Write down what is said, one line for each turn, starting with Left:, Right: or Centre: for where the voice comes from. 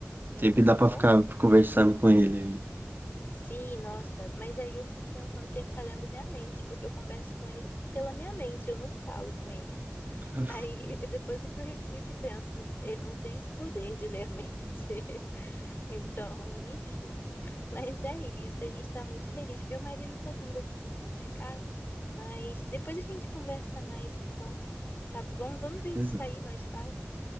Left: Nunca
Right: Sempre dá
Left: tô
Right: pra
Left: sozinha.
Right: ficar conversando com ele. ele.
Left: Sim, nossa, mas aí eu fico pensando que ele tá lendo minha mente, porque eu converso com ele pela minha mente, eu não falo com ele.
Right: Com
Left: Aí <laughs> depois é que eu reflito e penso, ele não tem esse poder de ler a mente. <laughs> Então, enfim. Mas é isso, a gente tá muito feliz. Meu marido tá vindo aqui me buscar, mas depois a gente conversa mais, então, tá bom? Vamos
Right: Certeza.
Left: ver de sair nós quatro,